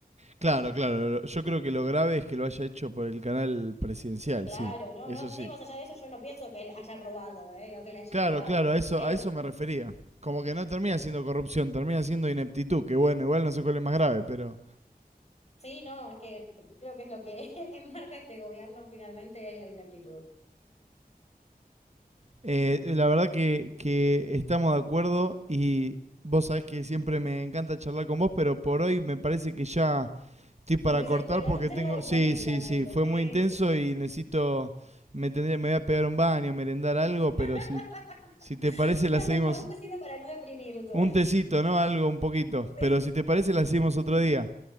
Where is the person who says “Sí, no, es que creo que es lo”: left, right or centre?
Left